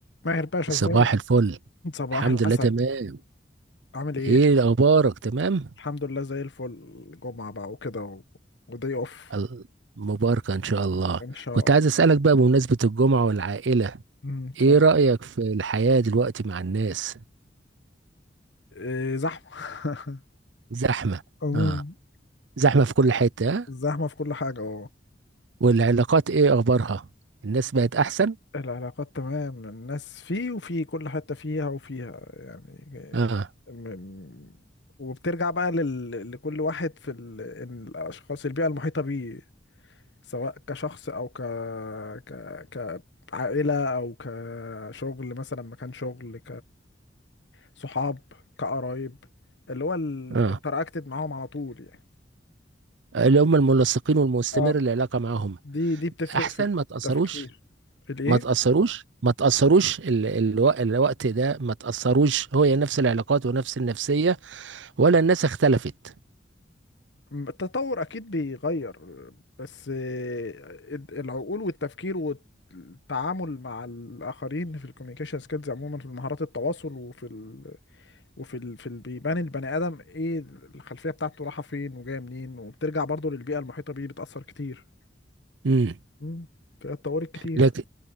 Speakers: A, on the left; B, on the right.
A: ماهر باشا
B: صباح
A: ازيك
B: الفل
A: صباح
B: الحمد
A: العسل
B: لله تمام
A: عامل ايه
B: ايه اخبارك تمام
A: الحمد لله زي الفل جمعة بقى وكده و... ودي اوف
B: ال- مباركة ان شاء الله
A: ان شاء
B: كنت
A: الله
B: عايز اسألك بقى بمناسبة الجمعة والعائلة
A: امم اتفضل
B: ايه رأيك في الحياة دلوقتي مع الناس
A: إيه زحمة
B: زحمة
A: <laughs> أمم،
B: اه زحمة في كل حتة آه؟
A: زحمة في كل حاجة اه
B: والعلاقات ايه اخبارها الناس بقت احسن
A: العلاقات تمام الناس فيه وفي كل حتة فيها وفيها يعني إيه،
B: اه
A: م... وبترجع بقى لل... لكل واحد في ال... الأشخاص البيئة المحيطة بيه سواء كشخص او ك ك كعائلة او كشغل مثلا مكان شغل كصحاب كقرايب اللي هو الانتراكتد
B: اه
A: معاهم على طول يعني
B: اللي هم الملصقين والمستمر
A: اه
B: العلاقة معاهم
A: دي دي بتفرق
B: احسن
A: في التفكير
B: ما تأثروش
A: الايه
B: ما تأثروش ما تأثروش ال- الوق- الوقت ده ما تأثروش هو نفس العلاقات ونفس النفسية ولا الناس اختلفت
A: م- التطور اكيد بيغير بس آه، العقول والتفكير والتعامل مع الاخرين في الكوميونيكيشن سكيلز عموما في مهارات التواصل وفي وفي ال... في ال... بيبان البني ادم ايه الخلفيه بتاعته رايحه فين وجايه منين وبترجع برضو للبيئه المحيطه بيه بتاثر كتير
B: امم
A: امم اتطورت كتير
B: لكن